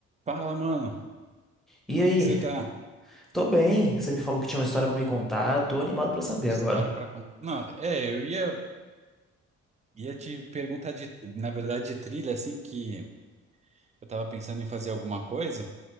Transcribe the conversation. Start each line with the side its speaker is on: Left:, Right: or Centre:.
Right: Fala, mano.
Centre: E
Right: Como
Centre: aí?
Right: que você tá?
Centre: Tô bem. Você me falou que tinha uma história pra me contar. Eu tô animado pra saber
Right: História
Centre: agora.
Right: pra contar. Não, é, eu ia, ia te perguntar de, na verdade, de trilha, assim, que eu tava pensando em fazer alguma coisa